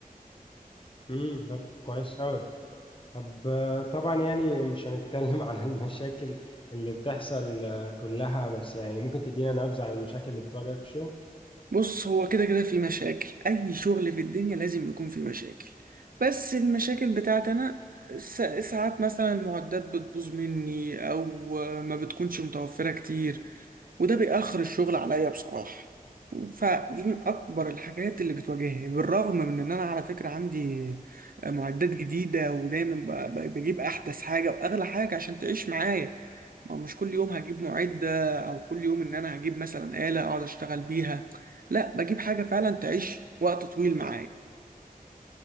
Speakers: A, on the left; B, on the right.
A: امم طب كويس أوي طب آه، طبعا يعني مش هنتكلم <laughs> عن المشاكل اللي بتحصل آه، كلها بس يعني ممكن تدينا نبذة عن المشاكل اللي بتواجهك في الشغل
B: بص هو كده كده في مشاكل أي شغل في الدنيا لازم يكون في مشاكل بس المشاكل بتاعتي أنا س- ساعات مثلا المعدات بتبوظ مني أو ما بتكونش متوفرة كتير وده بيأخر الشغل عليا بصراحة فدي من أكبر الحاجات اللي بتواجهني بالرغم من إن أنا على فكرة عندي معدات جديدة ودايما ب- ب- بجيب أحدث حاجة وأغلى حاجة عشان تعيش معايا ما مش كل يوم هجيب معدة أو كل يوم إن أنا هجيب مثلا آلة أقعد أشتغل بيها لا بجيب حاجة فعلا تعيش وقت طويل معايا